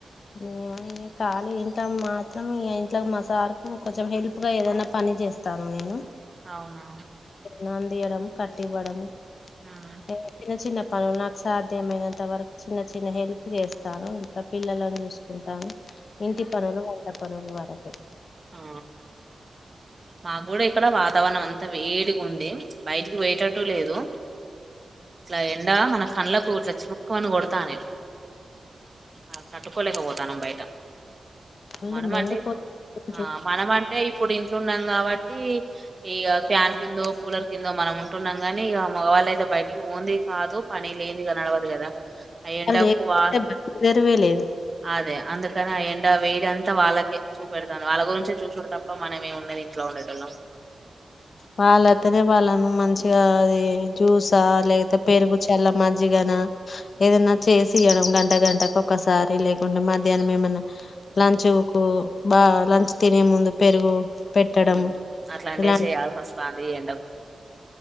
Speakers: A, on the left (about 65°); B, on the right (about 30°).
A: ఈమ ఇగ కాలు ఇంట్లో మాత్రం ఇయ ఇంట్లో మా సార్ కు కొంచెం హెల్ప్ గా ఏదైనా పని చేస్తాను నేను
B: అవునా
A: నాందీయడం కట్టివ్వడము
B: ఉమ్.
A: ఏ చిన్న చిన్న పరు నాకు సాధ్యమైనంత వరకు చిన్న చిన్న హెల్ప్ చేస్తాను ఇంట్లా పిల్లలను చూసుకుంటాను ఇంటి పనులు వంట పనులు వ ఓకే
B: ఆ మాకు కూడా ఇక్కడ వాతావరణం అంతా వేడిగుంది బయటికి పియేటట్టు లేదు ఇట్లా ఎండా మన కండ్లకు ఇట్లా చిముక్కుమని కొడతానయి ఆ తట్టుకోలేకపోతానాం బయట
A: కళ్లు
B: మనం
A: మండిపో
B: అంటే ఇప్పుడు
A: <inaudible>
B: ఆ మనం అంటే ఇప్పుడు ఇంట్లున్నాం కాబట్టి ఈ ఇగ ఫ్యాన్ కిందో కూలర్ కిందో మనం ఉంటున్నాం కాని ఇగ మగవాళ్ళ అయితే బయటికి ఓంది కాదు పని లేంది ఇగ నడవదు కదా ఆ ఎంండకు
A: వాళ్ళు లేకపోతే
B: వా
A: బయలుదేరువే లేదు
B: అదే అందుకని ఆ ఎ వేరంత వాళ్ళకే చూ పెడతాను వాళ్ళ గురించే చూసుడు తప్ప మనం ఏమిన్నది ఇంట్లో ఉండేటంలో
A: వాళ్ళ అతనే వాళ్ళను మంచిగా అది జ్యూసా లేకతే పెరుగు చల్ల మ్రీగన ఏదన్నా చేసియడం గంట గంటకు ఒక్కసారి లేకుంటే మధ్యాహ్నం ఏమన్నా లంచ్ కు బా లంచ్ తినే ముందు పెరుగు పెట్టడము
B: మ్మ్ అట్లాంటి
A: ఇలాంటి
B: ఏసె యాల్ సస్తాంది ఈ ఏండకు